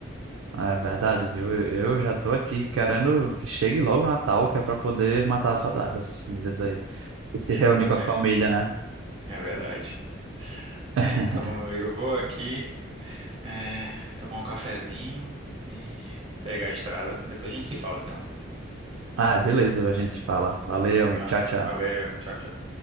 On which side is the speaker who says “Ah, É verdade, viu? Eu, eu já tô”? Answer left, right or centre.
Right